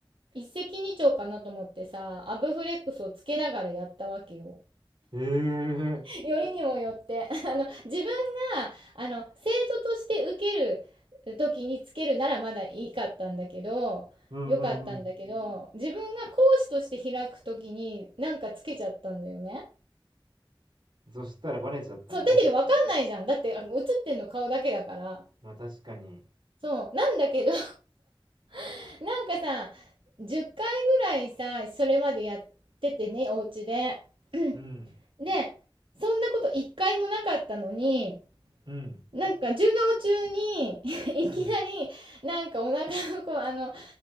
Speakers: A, on the right (about 75°); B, on the right (about 60°).
A: 一石二鳥かなと思ってさ、アブフレックスをつけながらやったわけよ。
B: えー、
A: <laughs> よりにもよって <laughs> あの自分があの生徒として受ける時につけるならまだいいかったんだけどよかったんだけど自分が講師として開く時になんかつけちゃったんだよね。
B: うん、うん、うん、そしたらバレちゃったの
A: そうだけどわかんないじゃんだってあの映ってんの顔だけだから
B: まあ確かに。
A: そうなんだけど <laughs> なんかさ10回ぐらいさそれまでやっててねお家で。<clears throat>
B: うん、
A: でそんなこと一回もなかったのに
B: うん。
A: なんか授業中に <laughs> いきなり、
B: うん。
A: なんかお腹のこう、あの、